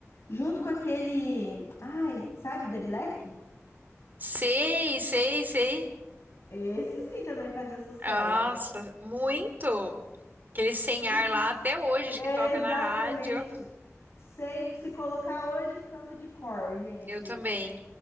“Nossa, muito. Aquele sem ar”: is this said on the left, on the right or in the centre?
Right